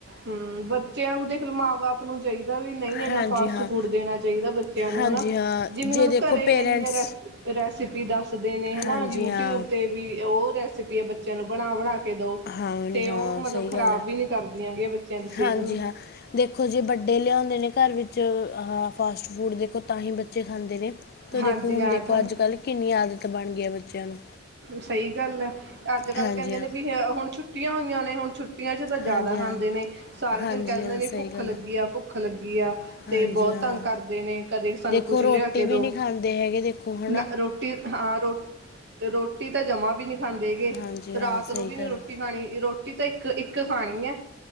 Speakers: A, on the right; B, on the left.
A: ਹਮ, ਬੱਚਿਆਂ ਨੂੰ ਦੇਖ ਲ ਮਾਂ- ਬਾਪ ਨੂੰ ਚਾਹੀਦਾ ਵੀ ਨਹੀਂ ਇੰਨਾ
B: ਹਾਂਜੀ
A: ਫਾਸਟ
B: ਹਾਂ
A: ਫੂਡ ਦੇਣਾ ਚਾਹੀਦਾ ਬੱਚਿਆਂ ਨੂੰ
B: ਹਾਂਜੀ
A: ਹਨਾ।
B: ਹਾਂ
A: ਜਿਵੇਂ
B: ਜੇ
A: ਹੁਣ
B: ਦੇਖੋ
A: ਘਰੇ
B: ਪੇਰੈਂਟਸ
A: ਇੰਨੀਆਂ ਰੈਸਪੀ ਦੱਸਦੇ ਨੇ ਹਨਾ।
B: ਹਾਂਜੀ
A: ਯੂਟਿਊਬ
B: ਹਾਂ
A: ਤੇ ਵੀ ਉਹ ਰੈਸਪੀ ਹੈ ਬੱਚੇ ਬੱਚਿਆਂ ਨੂੰ ਬਣਾ- ਬਣਾ ਕੇ ਦੋ,
B: ਹਾਂਜੀ
A: ਤੇ
B: ਹਾਂ
A: ਉਹ ਮਤਲਬ
B: ਸਹੀ
A: ਖ਼ਰਾਬ
B: ਗੱਲ ਹੈ
A: ਵੀ ਨੀ ਕਰਦੀਆਂ ਗਈਆਂ ਬੱਚਿਆਂ ਦੀ ਸਿਹਤ
B: ਹਾਂਜੀ
A: ਨੂੰ।
B: ਹਾਂ ਦੇਖੋ ਜੇ ਵੱਡੇ ਲਿਆਉਂਦੇ ਨੇ ਘਰ ਵਿੱਚ ਅਹ ਫਾਸਟ ਫੂਡ ਦੇਖੋ ਤਾਂ ਹੀ ਬੱਚੇ ਖਾਂਦੇ ਨੇ। ਤ
A: ਹਾਂਜੀ
B: ਦੇਖੋ ਹੁਣ
A: ਹਾਂ
B: ਦੇਖੋ
A: ਇਹ ਤਾਂ
B: ਅੱਜ ਕੱਲ੍ਹ ਕਿੰਨੀ ਆਦਤ ਬਣ ਗਈ ਹੈ ਬੱਚਿਆਂ ਨੂੰ।
A: ਸਹੀ ਗੱਲ ਹੈ। ਅੱਜ ਕੱਲ
B: ਹਾਂਜੀ
A: ਕਹਿੰਦੇ
B: ਹਾਂ
A: ਨੇ ਵੀ ਹੁਣ ਛੁੱਟੀਆਂ ਹੋਈਆਂ ਨੇ, ਹੁਣ ਛੁੱਟੀਆਂ ਛੁੱਟੀਆਂ 'ਚ ਤਾਂ ਜ਼ਿਆਦਾ
B: ਹਾਂਜੀ
A: ਖਾਂਦੇ
B: ਹਾਂ
A: ਨੇ, ਸਾਰੇ
B: ਹਾਂਜੀ
A: ਦਿਨ ਕਹਿ ਦਿੰਦੇ
B: ਹਾਂ
A: ਨੇ
B: ਸਹੀ
A: ਭੁੱਖ
B: ਗੱਲ
A: ਲੱਗੀ
B: ਹੈ
A: ਆ, ਭੁੱਖ ਲੱਗੀ ਆ। ਤੇ
B: ਹਾਂਜੀ
A: ਬਹੁਤ
B: ਹਾਂ
A: ਤੰਗ ਕਰਦੇ ਨੇ, ਕਦੇ ਸਾਨੂੰ
B: ਦੇਖੋ
A: ਕੁਛ
B: ਰੋਟੀ
A: ਲਿਆ ਕੇ
B: ਵੀ
A: ਦਿਉ,
B: ਨਹੀਂ ਖਾਂਦੇ ਹੈਗੇ ਦੇਖੋ ਹੈ
A: ਨਾ ਰੋਟੀ ਵੀ ਹਾਂ ਰੋਟੀ ਰੋਟੀ ਤਾਂ ਜਮਾ ਵੀ ਨਹੀਂ ਖਾਂਦੇ ਗੇ।
B: ਹਾਂਜੀ ਹਾਂ
A: ਰਾਤ
B: ਸਹੀ
A: ਨੂੰ ਵੀ ਨੀ
B: ਗੱਲ
A: ਰੋਟੀ ਖਾਣੀ ਰੋ ਰੋਟੀ ਤਾਂ ਇੱਕ ਇੱਕ ਖਾਣੀ ਹੈ।